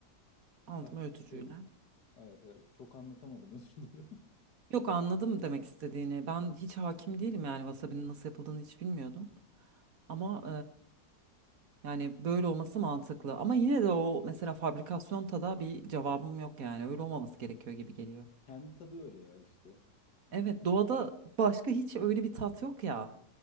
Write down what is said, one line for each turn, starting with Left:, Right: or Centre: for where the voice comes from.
Right: Aldım
Left: Aslında
Right: öğütücüyle.
Left: bu olur. Evet evet çok anlatamadım özür dilerim. <laughs>
Right: Yok anladım demek istediğini. Ben hiç hakim değilim yani wasabi'nin nasıl yapıldığını hiç bilmiyordum. Ama e, yani böyle olması mantıklı. Ama yine de o mesela fabrikasyon tada bir cevabım yok yani. Öyle olmaması gerekiyor gibi geliyor.
Left: Kendi tadı öyle ya işte. Hani
Right: Evet doğada başka hiç öyle bir tat yok ya.